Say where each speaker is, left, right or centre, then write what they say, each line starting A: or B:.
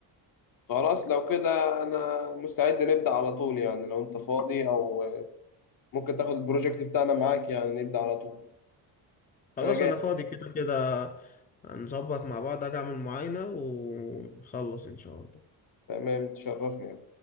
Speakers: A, on the left; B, on the left.
A: خلاص لو كده انا مستعد نبدأ على طول يعني لو انت فاضي او ممكن تاخد البروجكت بتاعنا معاك يعني نبدأ على طول
B: خلاص
A: انا جاهز
B: انا فاضي كده كده هنظبط مع بعض اجي اعمل معاينة ونخلص ان شاء الله
A: تمام تشرفني